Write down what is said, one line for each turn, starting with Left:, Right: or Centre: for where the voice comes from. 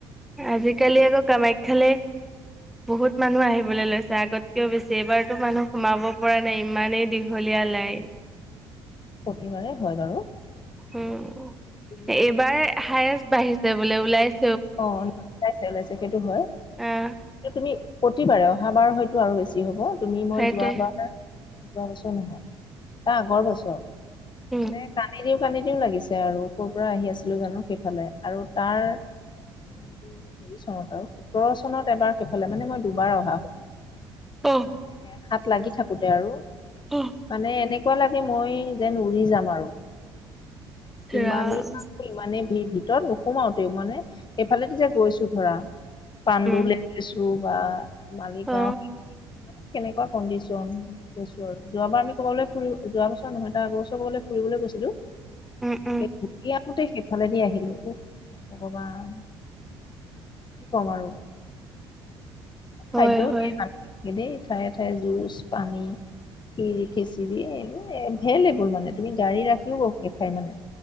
Centre: আজিকালি আকৌ কামাখ্যালে বহুত মানুহ আহিবলৈ লৈছে, আগতকেও বেছি। এইবাৰতো মানুহ সোমাব পৰা নাই ইমানেই দীঘলীয়া লাইন।
Left: প্ৰতিবাৰে হয় বাৰু।
Centre: উ এইবাৰ
Left: তুমি
Centre: হায়েষ্ট বাঢ়িছে বোলে ওলাইছে।
Left: অ' ন ওলাইছে ওলাইছে। সেইটো হয়।
Centre: আহ
Left: তুমি প্ৰতিবাৰে, অহাবাৰ হয়তো আৰু বেছি হ'ব। তুমি মই
Centre: সেইটোৱে
Left: যোৱাবাৰ যোৱা বছৰ নহয়, তাৰ আগৰ বছৰ
Centre: উম
Left: মানে কানেদি কান্দি দিও লাগিছে আৰু। ক'ৰ পৰা আহি আছিলো জানো সেইফালে। আৰু তাৰ এইটো হেৰি চনত আৰু। সোতৰ চনত এবাৰ ফালে মানে মই দুবাৰ অহা,
Centre: অ
Left: হ'লে হাত লাগি থাকোতে আৰু।
Centre: অ
Left: মানে এনেকুৱা লাগে, মই যেন উৰি যাম আৰু।
Centre: ইচ
Left: ইমানেই
Centre: ৰাম
Left: মানুহ আৰু ইমানেই ভীৰ, ভিতৰত নোসোমাওতে মানে এইফালেদি যে গৈছো ধৰা, পাণ্ডুলে
Centre: উম
Left: গৈছো বা মালিগাঁও।
Centre: অ
Left: কেনেকুৱা কণ্ডিশ্যন, গৈছো আৰু। যোৱাবাৰ আমি ক'বলৈ ফু যোৱা বছৰ নহয়, তাৰ আগৰ বছৰ ক'বালৈ ফুৰিবলৈ গৈছিলোঁ।
Centre: উম উম
Left: ঘূৰি আহোঁতে সেইফালেদি আহিলো। উ ভগৱান কি ক'ম আৰু।
Centre: হয়
Left: খাদ্যও
Centre: হয়
Left: দিয়ে ভালকে দেই ঠায়ে ঠায়ে, জুচ, পানী। ক্ষীৰ, খিচিৰি এইবোৰ এভেইলেবল মানে। তুমি গাড়ী ৰাখিও বহুতে খাই মানে!